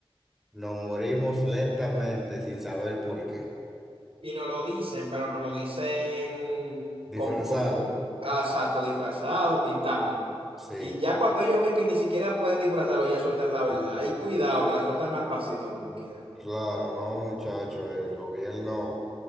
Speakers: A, in the centre; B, on the right.
A: nos morimos lentamente sin saber por qué.
B: Y no lo dicen, pero no lo dicen con,
A: Disfrazado.
B: con ah, exacto, disfrazado, pintándolo.
A: Sí,
B: Y ya cuando ellos ven que ni siquiera pueden disfrazarlo, ya sueltan la verdad. Y cuidado, que la sueltan al pasito como quieran.
A: claro, no, muchachos, el gobierno